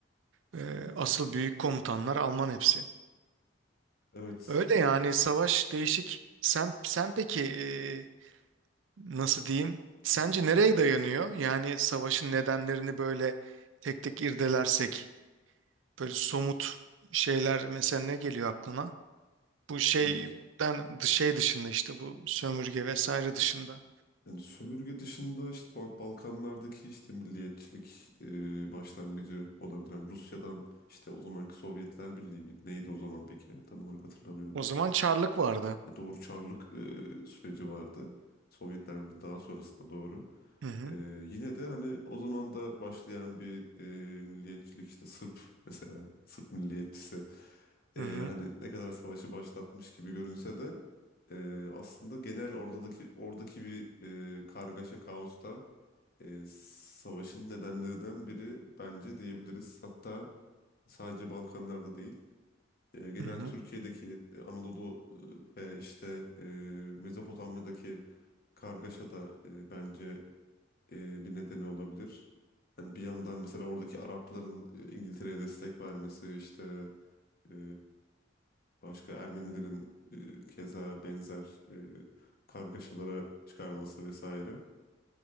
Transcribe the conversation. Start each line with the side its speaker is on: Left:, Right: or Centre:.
Right: Ee, asıl büyük komutanlar Alman hepsi.
Left: Evet.
Right: Öyle yani savaş değişik. Sen sen peki e, nasıl diyeyim? Sence nereye dayanıyor? Yani savaşın nedenlerini böyle tek tek irdelersek böyle somut şeyler mesela ne geliyor aklına? Bu şeyden
Left: Yani,
Right: dış- şey dışında işte bu sömürge vesaire dışında.
Left: yani sömürge dışında işte Ba- Balkanlardaki işte milliyetçilik e, başlangıcı olabilir. Yani Rusya'dan işte o zamanki Sovyetler Birliği miydi? Neydi o zaman peki? Tam olarak hatırlamıyorum.
Right: O zaman çarlık vardı.
Left: E, doğru Çarlık e, süreci vardı. Sovyetler Birliği daha sonrasında doğru.
Right: Hı hı.
Left: E, yine de hani o zaman da başlayan bir e, milliyetçilik işte Sırp mesela Sırp milliyetçisi e,
Right: Hı hı.
Left: hani ne kadar savaşı başlatmış gibi görünse de e, aslında genel oradaki oradaki bir e, kargaşa kaosta e, savaşın nedenlerinden biri bence diyebiliriz. Hatta sadece Balkanlarda değil e, genel
Right: Hı hı.
Left: Türkiye'deki e, Anadolu e, ve işte e, Mezopotamya'daki kargaşa da e, bence e, bir nedeni olabilir. Hani bir yandan mesela oradaki Arapların e, İngiltere'ye destek vermesi işte e, başka Ermenilerin e, keza benzer e, kargaşalara çıkarması vesaire.